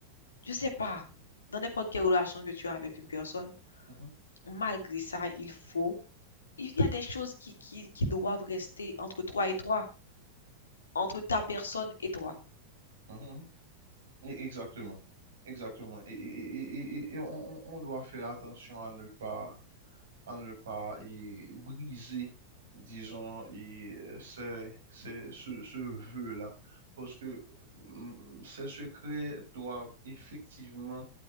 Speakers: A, on the left; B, on the right.
A: je sais pas, dans n'importe quelle relation que tu as avec une personne,
B: mhm,
A: malgré ça, il faut Il y a des choses qui, qui, qui doivent rester entre toi et toi, entre ta personne et toi.
B: mhm. Et- Exactement, exactement. Et, et- et- et- et on, on- on doit faire attention à ne pas, à ne pas et, briser, disons, et, euh, ces- ces- ce, ce vœu-là. Parce que mm, ces secrets doivent effectivement